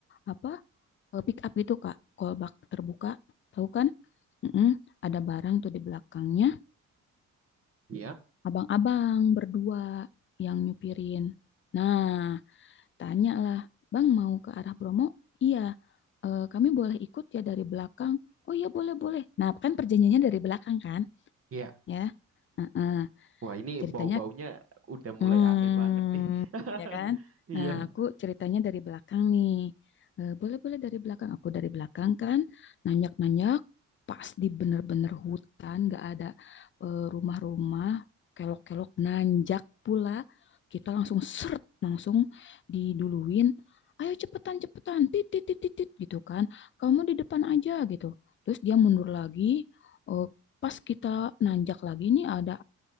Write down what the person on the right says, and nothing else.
Iya.
Iya.
Wah, ini
bau-baunya udah
mulai aneh banget nih. <laughs>
Iya.